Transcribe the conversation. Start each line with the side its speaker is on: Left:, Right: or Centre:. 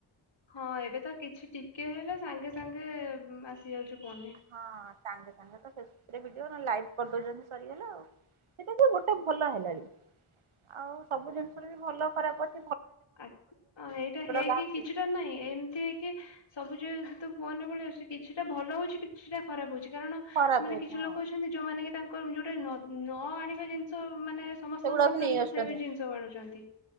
Left: ହଁ ଏବେ ତ କିଛି ଟିକେ ହେଲେ ସାଙ୍ଗେ ସାଙ୍ଗେ ଆସି ଯାଉଛି ଫୋନନେ।
Right: ହଁ ସାଙ୍ଗେ ସାଙ୍ଗେ ତ ଫେସବୁକରେ ଭିଡିଓ ନହଲେ ଲାଇଭ କରିଦଉଛନ୍ତି ସରିଗଲା ଆଉ। ସେଇଟା ତ ଗୋଟେ ଭଲ ହେଲାଣି, ଆଉ ସବୁ ଜିନିଷର ବି ଭଲ ଖରାପ ଅ
Left: ଆ, ହଁ ଏଇଟା ହେଇକି
Right: ବାହାରୁଛି
Left: କିଛିଟା ନାହିଁ ଏମିତି କି ସବୁ ଯେହେତୁ ଫୋନ୍ ନେ ପଳି ଆସୁଛି କିଛିଟା ଭଲ ହଉଛି କିଛିଟା ଖରାପ ହଉଛି କାରଣ
Right: ଖରାପ
Left: ମାନେ
Right: ହଉଛି
Left: କିଛି
Right: ହଁ
Left: ଲୋକ ଅଛନ୍ତି ଯୋଉମାନେ କି ତାଙ୍କର ଯୋଉଟା କି ନ, ନ ଆଣିବା ଜିନିଷ ମାନେ ସମସ୍ତଙ୍କ
Right: ସେଗୁଡାକୁ
Left: ସାମ୍ନାକୁ
Right: ନେଇ ଆସୁଛନ୍ତି।
Left: ସେ ବି ଜିନିଷ ଆଣୁଛନ୍ତି।